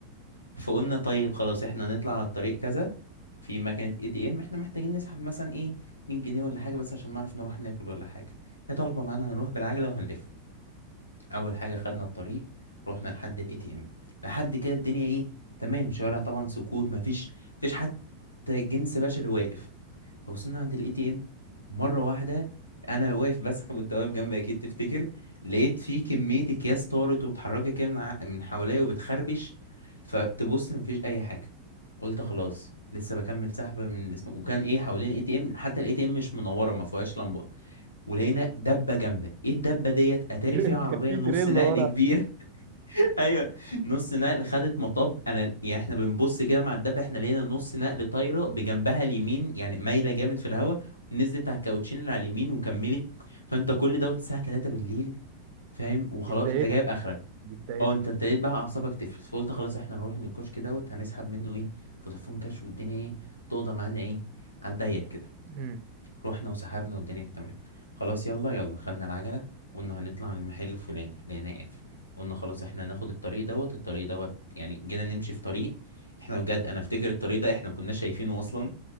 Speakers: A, on the left; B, on the right.
A: فقلنا طيب خلاص احنا نطلع على الطريق كذا في مكنة اي تي ام احنا محتاجين نسحب مثلا ايه 100 جنيه ولا حاجة بس عشان نعرف نروح ناكل ولا حاجة هي طالبة معانا هنروح بالعجلة وهنلف اول حاجة خدنا الطريق رحنا لحد الاي تي ام لحد كده الدنيا ايه تمام شوارع طبعا سكوت مفيش مفيش حد حتى الجنس بشري واقف فوصلنا عند الاي تي ام مره واحده انا واقف بسحب وانت واقف جنبي اكيد تفتكر لقيت في كميه اكياس طارت واتحركت كده من ع- من حواليا وبتخربش فتبص مفيش اي حاجه قلت خلاص لسه بكمل سحبه من الاسم وكان ايه حوالين الاي تي ام حتى الاي تي ام مش منوره ما فيهاش لمبه ولقينا دبه جامده ايه الدبه ديت اتاري
B: <laughs>
A: فيها عربيه
B: كان في
A: نص
B: تريلا
A: نقل
B: ورا
A: كبير ايوه نص نقل خدت مطب انا يعني احنا بنبص كده مع الدب احنا لقينا نص نقل طايره بجنبها اليمين يعني مايله جامد في الهواء نزلت على الكاوتشين اللي على اليمين وكملت فانت كل دوت الساعه 3 بالليل فاهم وخلاص
B: دي بدايتها
A: انت جايب اخرك
B: دي بدايتها
A: اه انت ابتديت بقى اعصابك تفلت فقلت خلاص احنا نروح من الكشك دوت هنسحب منه ايه فودافون كاش والدنيا ايه تقضى معانا ايه على الضيق كده
B: مم.
A: رحنا وسحبنا والدنيا تمام خلاص يلا يلا خدنا العجلة وقلنا هنطلع على المحل الفلاني لقيناه قافل قلنا خلاص احنا هناخد الطريق دوت الطريق دوت يعني جينا نمشي في طريق احنا بجد انا افتكر الطريق ده احنا ما كناش شايفينه اصلا